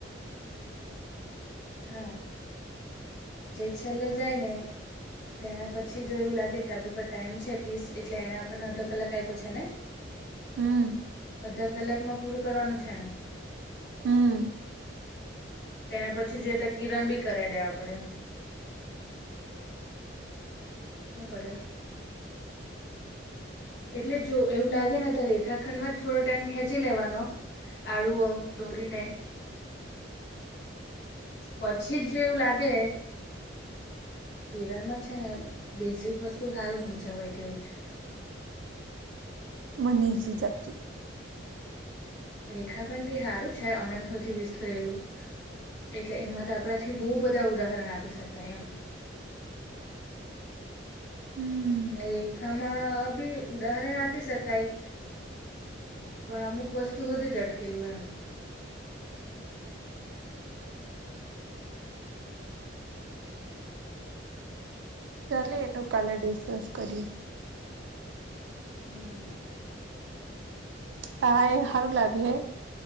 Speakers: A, on the left; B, on the right.
A: હા જે છેલ્લે જાય ને તેના પછી જો એવું લાગે કે આપણી પર ટાઈમ છે ત્રીસ એટલે એને આપણને અડધો કલાક આપ્યો છે ને.
B: હમ
A: અડધા કલાકમાં પૂરું કરવાનું છે ને.
B: હમ્મ.
A: તેને પછી જે તો કિરણ બી કરાવી દેવા પડે એમ. હું કરે. એટલે જો એવું લાગે ને તો રેખાખંડમાં જ થોડો ટાઈમ ખેંચી લેવાનો. આળુ અમ દરીને. પછી જ જો એવું લાગે કેરનમાં છે ને બેઝિક વસ્તુ હારું સમજય તેવું છે.
B: મને ઈઝી જ આપજે.
A: રેખાખંડ તે હારું છે અનંત હુધી વિસ્તરેલું. એટલે એમાં તો આપણાથી બહુ બધા ઉદાહરણ આપી શકાય એમ.
B: હમ
A: રેખામાં બી ઉદાહરણ આપી શકાય. પણ અમુક વસ્તુ હુધી જ અટકેલું એમ.
B: ચાલે એનું કાલે ડિસ્કસ કરીએ.
A: હમ્મ.
B: હ એ હારું લાગે હે